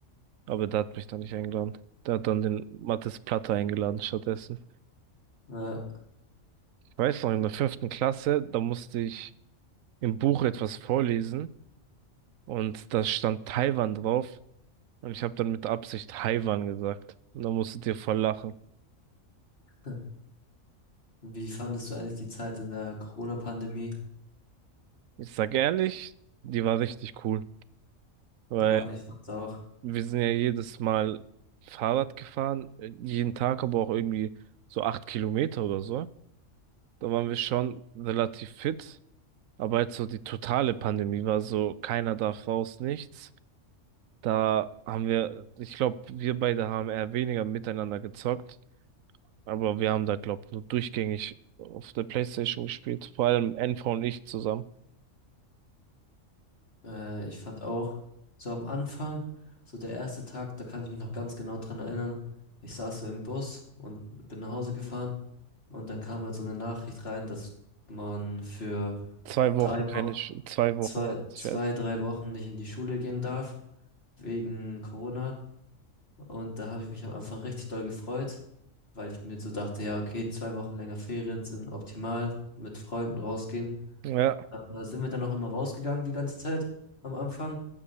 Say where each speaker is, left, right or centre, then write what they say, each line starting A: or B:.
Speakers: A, on the right; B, on the left.
A: Aber der hat mich da nicht eingeladen. Der hat dann den Mathis Platter eingeladen stattdessen.
B: Ja.
A: Ich weiß noch, in der fünften Klasse, da musste ich im Buch etwas vorlesen und da stand Taiwan drauf und ich habe dann mit Absicht Taiwan gesagt. Und da musstet ihr voll lachen.
B: <laughs> Wie fandest du eigentlich die Zeit in der Corona-Pandemie?
A: Ich sag ehrlich, die war richtig cool, weil
B: Ja, ich fand's auch.
A: wir sind ja jedes Mal Fahrrad gefahren, jeden Tag aber auch irgendwie so acht Kilometer oder so. Da waren wir schon relativ fit. Aber jetzt so die totale Pandemie war so, keiner darf raus, nichts. Da haben wir, ich glaube, wir beide haben eher weniger miteinander gezockt, aber wir haben da, glaube ich, nur durchgängig auf der PlayStation gespielt. Vor allem NV und ich zusammen.
B: Äh, ich fand auch, so am Anfang, so der erste Tag, da kann ich mich noch ganz genau dran erinnern. Ich saß so im Bus und bin nach Hause gefahren und dann kam halt so eine Nachricht rein, dass man für
A: Zwei Wochen,
B: drei
A: keine,
B: Wochen,
A: Sch- zwei Wochen
B: zwei,
A: war das
B: zwei,
A: Scheiß.
B: drei Wochen nicht in die Schule gehen darf, wegen Corona. Und da habe ich mich am Anfang richtig doll gefreut, weil ich mir so dachte, ja, okay, zwei Wochen länger Ferien sind optimal, mit Freunden rausgehen.
A: Ja,
B: Da sind wir dann auch immer rausgegangen die ganze Zeit am Anfang.